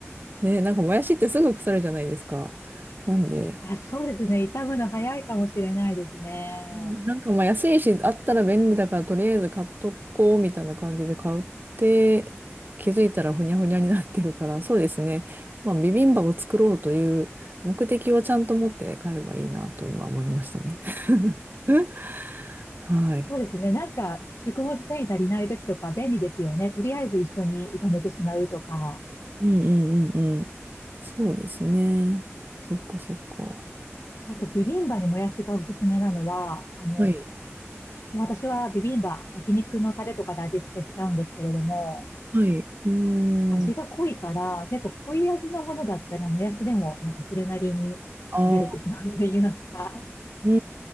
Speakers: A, on the right (about 45°); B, on the left (about 80°).
A: ね、なんかもやしってすぐ腐るじゃないですか。なんで、
B: あ、そうですね。傷むの早いかもしれないですね。
A: なんかまあ安いし、あったら便利だからとりあえず買っとこうみたいな感じで買って、気づいたらふにゃふにゃになってるから、そうですね。まあビビンバを作ろうという目的をちゃんと持って買えばいいなと今思いましたね。<laughs> はい。
B: そうですね。なんか、食物繊維足りない時とか便利ですよね。とりあえず一緒に炒めてしまうとか。
A: うんうんうんうん。そうですね。そっかそっか。
B: あと、ビビンバにもやしがおすすめなのは、あの、も
A: はい。
B: う私はビビンバ、焼肉のタレとかで味付けしちゃうんですけれども、
A: はい。うー
B: 味が濃いから、
A: ん。
B: 結構濃い味のものだったら、もやしでも、なんかそれなりに食べれてしまうと言いますか。
A: ああ、うー